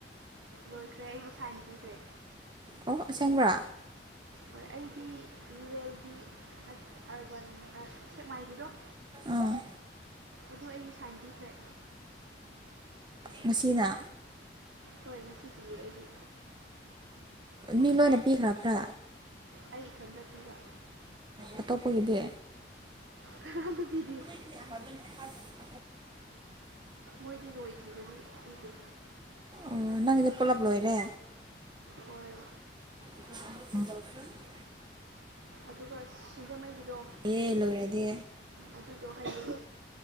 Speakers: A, on the right (about 75°); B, on the right (about 25°).
A: ꯂꯣꯏꯈ꯭ꯔꯦ ꯑꯩꯗꯤ ꯁꯥꯏꯟ ꯄꯤꯈ꯭ꯔꯦ
B: ꯑꯧ ꯑꯁꯦꯡꯕ꯭ꯔꯥ
A: ꯍꯣꯏ ꯑꯩꯒꯤ ꯔꯨꯔꯦꯜꯒꯤ ꯑꯠ ꯑꯔꯕꯥꯟ ꯁꯦꯛ ꯁꯦꯛꯃꯥꯏꯒꯤꯗꯣ
B: ꯑꯥꯑ
A: ꯑꯗꯨ ꯑꯩꯒꯤ ꯁꯥꯏꯟ ꯄꯤꯈ꯭ꯔꯦ
B: ꯉꯁꯤꯅ
A: ꯍꯣꯏ ꯉꯁꯤ ꯄꯤꯌꯦ ꯑꯩꯗꯤ
B: ꯃꯤ ꯂꯣꯏꯅ ꯄꯤꯈ꯭ꯔꯕ꯭ꯔꯥ
A: ꯑꯩ ꯏꯊꯟꯇ ꯇꯨꯝꯕ
B: ꯑꯇꯣꯞꯄꯒꯤꯗꯤ
A: ꯀꯅꯥꯝꯇ ꯄꯤꯗꯦ
B: UNINTELLIGIBLE
A: ꯃꯣꯏꯗꯤ ꯂꯣꯏꯗ꯭ꯔꯤꯕꯒꯤ ꯄꯤꯗꯦ
B: ꯑꯣꯑꯣ ꯅꯪꯒꯤꯗꯤ ꯄꯨꯂꯞ ꯂꯣꯏꯔꯦ
A: ꯑꯣꯏ
B: <inaudible>
A: ꯑꯗꯨꯒ ꯁꯤꯡꯖꯃꯩꯒꯤꯗꯣ
B: ꯑꯦ ꯂꯣꯏꯔꯗꯤ
A: ꯑꯗꯨꯗꯣ ꯍꯌꯦꯡ